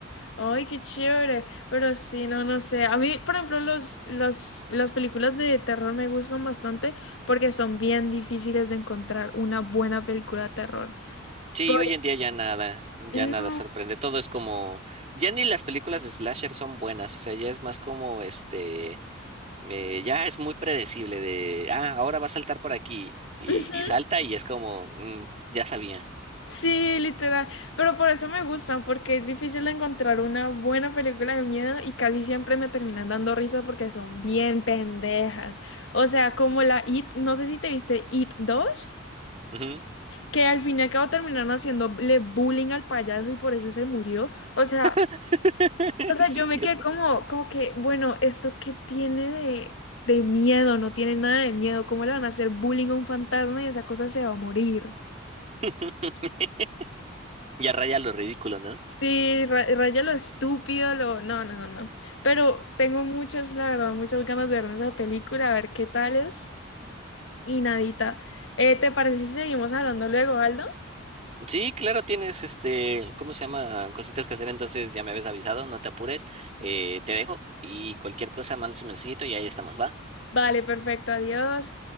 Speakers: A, on the left; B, on the right.
A: Ay, qué chévere. Pero sí, no, no sé. A mí, por ejemplo, los, los, las películas de terror me gustan bastante porque son bien difíciles de encontrar una buena película de terror.
B: Sí,
A: Por-
B: hoy en día ya nada, ya
A: No.
B: nada sorprende. Todo es como, ya ni las películas de slasher son buenas, o sea, ya es más como este, eh, ya es muy predecible de, ah, ahora va a saltar por aquí y,
A: <laughs>
B: y salta y es como, "Mm, ya sabía.
A: Sí, literal. Pero por eso me gustan, porque es difícil encontrar una buena película de miedo y casi siempre me terminan dando risa porque son bien pendejas. O sea, como la It, no sé si te viste It 2,
B: Ujú.
A: que al fin y al cabo terminaron haciéndole bullying al payaso y por eso se murió. O sea,
B: <laughs>
A: o sea,
B: Sí,
A: yo
B: cierto.
A: me quedé como, como que, bueno, ¿esto qué tiene de, de miedo? No tiene nada de miedo. ¿Cómo le van a hacer bullying a un fantasma y esa cosa se va a morir?
B: <laughs> Ya raya lo ridículo, ¿no?
A: Sí, ra- raya lo estúpido, lo... No, no, no, no. Pero tengo muchas, la verdad, muchas ganas de verme esa película, a ver qué tal es. Y nadita. Eh, ¿te parece si seguimos hablando luego, Aldo?
B: Sí, claro, tienes este, ¿cómo se llama? Cositas que hacer, entonces ya me habías avisado, no te apures, eh, te dejo y cualquier cosa mandas un mensajito y ahí estamos, va.
A: Vale, perfecto, adiós.